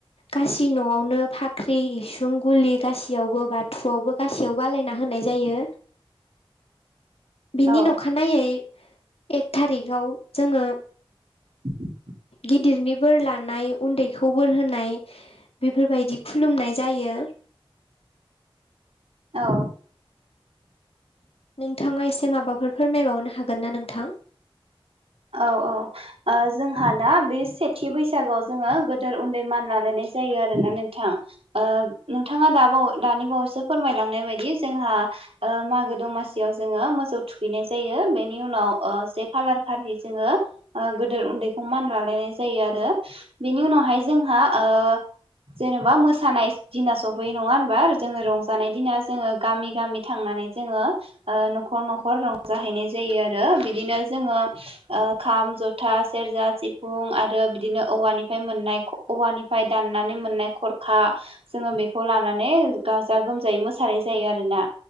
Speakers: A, on the left; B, on the right.
A: गासै न'आवनो‌ फाख्रि इस सुं गुलि गासैयावबो बाथुआवबो गासैयावबो आलायना होनाय जायो। बिनिन
B: औ
A: अखानायै एक थारिखाव जोङो
B: <inaudible>
A: गिदिरनि बोर लानाय उन्दैखौ बोर होनाय बेफोरबायदि खुलुमनाय जायो।
B: औ।
A: नोंथाङा एसे माबाफोर फोरमायबावनो हागोन ना नोंथां?
B: औ औ ओ जोंहा दा बे सेथि बैसागआव जोङो गोदोर उन्दै मान लानानै जायो आरोना नोंथां ओ नोंथाङा दा बाव दानि बावैसो फोरमायलांनाय बायदि जोंहा ओ मागो दमासियाव जोङो मोसौ थुखैनाय जायो। बेनि उनाव ओ से कालार खालि जोङो ओ गोदोर उन्दैखौ मान लालायनाय जायो आरो बेनि उनावहाय जोंहा ओ ओ जेन'बा मोसानाय दिना सफैयो नङा होनबा जोङो रंजानाय दिना जोङो गामि गामि थांना नानै जोङो ओ न'खर न'खर रंजाहैनाय जायो आरो बिदिनो जोङो ओ खाम जथा सेरजा सिफुं आरो बिदिनो औवानिफ्राय मोननाय औवानि फ्राय दाननानै मोननाय खरखा जोङो बेखौ लानानै गाजा गोमजायै मोसानाय जायो आरो ना‌